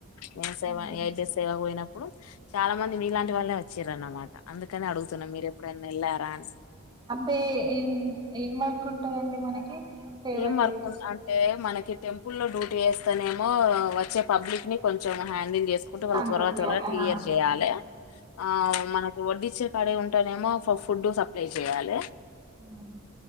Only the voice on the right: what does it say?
ఉమ్,
అబ్బే ఏం ఏం వర్క్ ఉంటందండి మనకి సేవకి
వెళ్తే
కంట్రోల్
చేయాలి
ఆ
ఉమ్